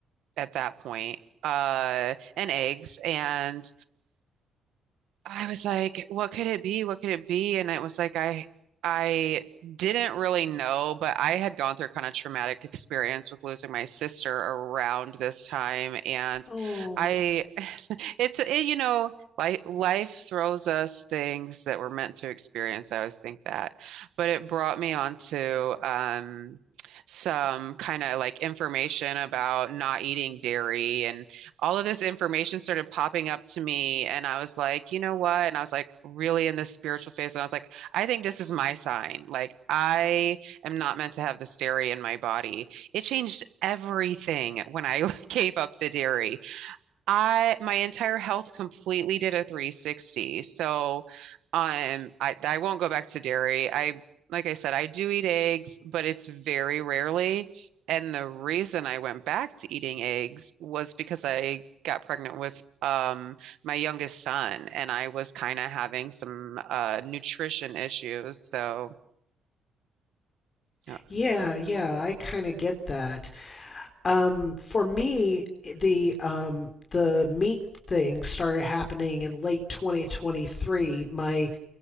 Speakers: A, on the right (about 80°); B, on the left (about 40°).
A: at that point, uh, and eggs. And I was like, what could it be? What could it be? And it was like I I didn't really know, but I had gone through kind of traumatic experience with losing my sister around this time. And
B: Oh,
A: I <laughs> it's it, you know, like life throws us things that we're meant to experience. I always think that. But it brought me onto um some kind of like information about not eating dairy all of this information started popping up to me. And I was like, you know what? And I was like, really in this spiritual phase. And I was like, I think this is my sign. Like, I am not meant to have this dairy in my body. It changed everything when I <laughs> gave up the dairy. I my entire health completely did a 360. So um I I won't go back to dairy. I like I said, I do eat eggs, but it's very rarely. And the reason I went back to eating eggs was because I got pregnant with um my youngest son and I was kind of having some uh nutrition issues. So uh,
B: yeah, yeah, I kind of get that. Um, for me, the um the meat thing started happening in late 2023. My